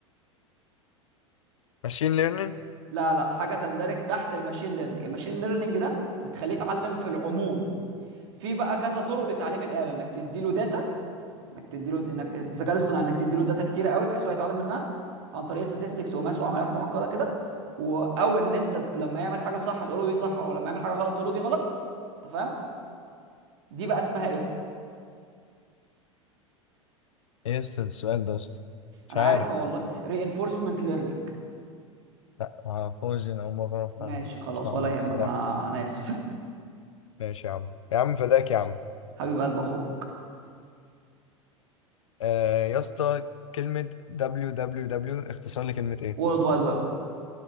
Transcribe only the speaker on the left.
ماشين ليرنينج
ايه يا اسطى السؤال ده يا اسطى؟ مش
عارف
لا معرفوش انا اول مرة أعرف
عنه.
اسمع
عنه الصراحة
ماشي يا عم يا عم فداك يا عم
آه يا اسطى كلمة www اختصار لكلمة ايه؟